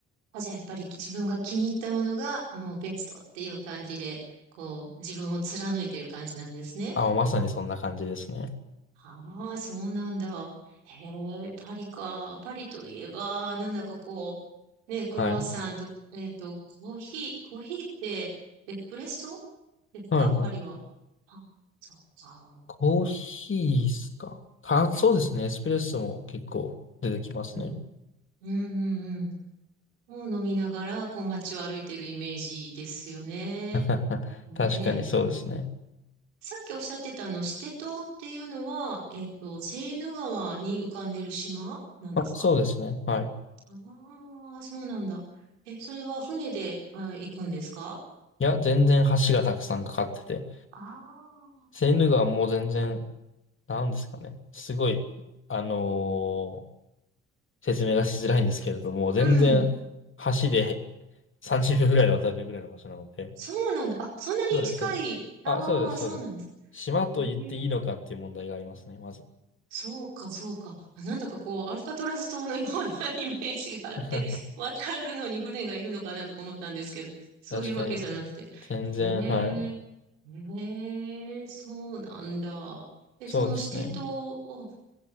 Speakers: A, on the right; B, on the left.
A: あじゃあやっぱり自分が気に入ったものがもうベストっていう感じで、こう自分を貫いてる感じなんですね。
B: あ、もうまさにそんな感じですね。
A: ああ、そうなんだ。へえ、パリか。パリといえば、なんだかこう、ね、クロワッサンと、
B: はい。
A: えっと、コーヒー、コーヒーってエスプレッソですかパリは。
B: はいはい。
A: あ、そうか。
B: コーヒーっすか。か、そうですね。エスプレッソも結構出てきますね。
A: うん。うんうんうん。を飲みながら、こう街を歩いてるイメージですよね。
B: <laughs>
A: ね
B: 確かにそうですね。
A: さっきおっしゃってたあの、シテ島っていうのは、えっと、セーヌ川に浮かんでる島なんですか
B: あ、そうですね。はい。
A: ああー、そうなんだ。え、それは船で、あ、行くんですか
B: いや、全然橋がたくさんかかってて、
A: あ
B: セーヌ川も全然、なんですかね。すごい、あのー説明がしづらいんですけれども、全然
A: あー、うん。
B: 橋で <laughs> 30秒ぐらいで渡れるぐらいの場所なので。
A: そうなんだ。あ、そんなに近い。
B: そうです、そうです。あ、
A: ああ、
B: そうです、
A: そうなんです。
B: そうです。島と言っていいのかっていう問題がありますね、
A: へえ
B: まず。
A: そうか、そうか。あなんだかこう、アルカトラズ島のような <laughs> イメージがあって、
B: <laughs>
A: 渡るのに船がいるのかなとか思ったんですけど、そういうわけじゃなくて。
B: 確かに。全然、
A: へえ、
B: はい。
A: へえ、そうなんだ。え、
B: そうですね。
A: そのシテ島を、